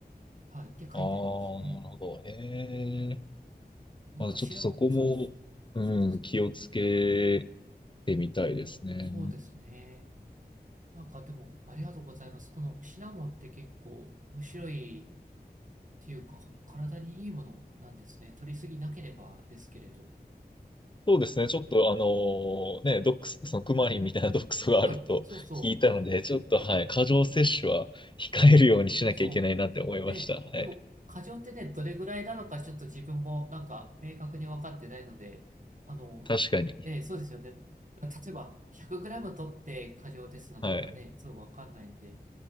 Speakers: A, on the right; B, on the left.
A: はい。って書いてありますね。
B: ああ、なるほど。へえ。
A: なんか調べも、
B: まあ、ちょっとそこも、
A: そうそう。
B: うん、
A: そうですね。
B: 気をつけてみたいですね。
A: そうですね。なんかでも、ありがとうございます。このシナモンって結構面白いっていうか、体にいいものなんですね。取りすぎなければですけれど。
B: そうですね。ちょっとあのね、毒素、そのクマリンみたいな毒素があると聞いたので、
A: うん、そうそう。
B: ちょっとはい、過剰摂取は控えるようにしなきゃいけないなって思いました。
A: そう。で、
B: はい。
A: でも、過剰ってね、どれぐらいなのか、ちょっと自分もなんか明確に分かってないので、あの、
B: 確かに。
A: ええ、そうですよね。例えば、1 0 0ム取って過剰ですなのかね、
B: はい。
A: そう分かんないんで、